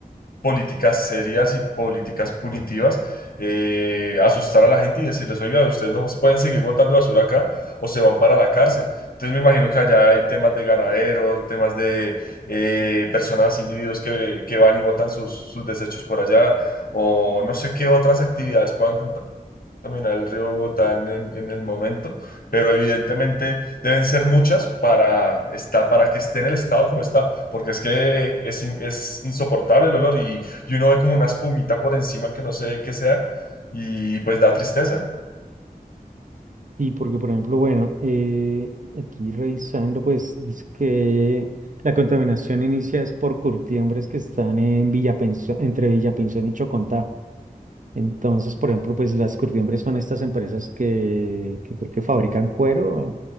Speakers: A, on the left (about 70°); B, on the right (about 55°).
A: políticas serias y políticas punitivas, eh, asustar a la gente y decirles, oiga, ustedes no pueden seguir botando basura acá o se van para la cárcel. Entonces me imagino que allá hay temas de ganaderos, temas de eh, personas, individuos que, que van y botan sus, sus desechos por allá o no sé qué otras actividades puedan contar caminar el río Bogotá en, en- en el momento, pero evidentemente deben ser muchas para, está, para que esté en el estado como está, porque es que es, in- es insoportable el olor y, y uno ve como una espumita por encima que no sé qué sea y pues da tristeza.
B: Sí, porque por ejemplo, bueno, eh, aquí revisando, pues dice que la contaminación inicia es por curtiembres que están en Villapenso- entre Villapensión y Chocontá. Entonces, por ejemplo, pues las curtiembres son estas empresas que, que creo que fabrican cuero.